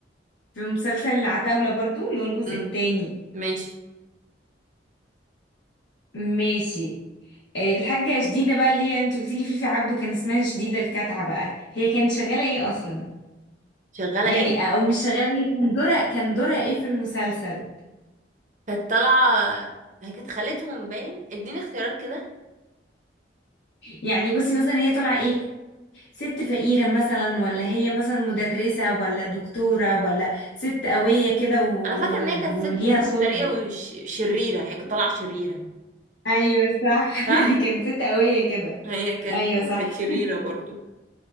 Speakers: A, on the left; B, on the right.
A: في مسلسل العتاوله برضو اللي هو الجزء
B: امم
A: الثاني
B: ماشي
A: ماشي آه، الحاجه شديده بقى اللي هي انت قلت لي فيفي عبده كان اسمها شديده الكتعه بقى هي كانت شغاله ايه اصلا
B: شغاله
A: يعني
B: ايه
A: او مش شغاله ايه كان دورها كان دورها ايه في المسلسل
B: كانت طالعة هي كانت خالتهم باين اديني اختيارات كده
A: يعني بصي مثلا هي طالعه ايه ست فقيرة مثلا ولا هي مثلا مدرسة ولا دكتورة ولا ست قوية كده و...
B: انا فاكرة
A: و...
B: ان هي كانت ست
A: وليها
B: مفترية
A: سلطة
B: وشريرة هي كانت طالعة شريرة
A: ايوه صح
B: صح
A: <laughs> كانت ست قوية كده
B: <laughs> هي كانت
A: ايوه صح
B: كانت شريرة برضو